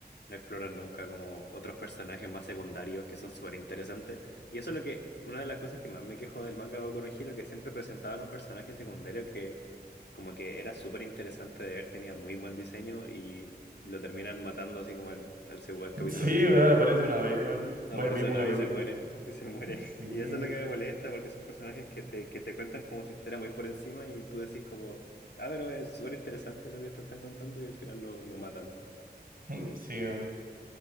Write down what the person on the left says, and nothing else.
no exploran nunca como otros personajes más secundarios que son súper interesantes. Y eso es lo que, una de las cosas que más me quejo del manga Boku no Hero, que siempre presentaban un personaje secundario que como que era súper interesante de ver, tenía muy buen diseño y lo terminan matando así como al, al, seg- al
capítulo
que sigue.
No,
por
eso
no,
y se muere, y se muere.
<laughs> Y eso es lo que me molesta, porque son personajes que te, que te cuentan como su historia muy por encima y tú decís como, ah, pero es súper interesante lo que te están contando y al final lo, lo matan, ¿no?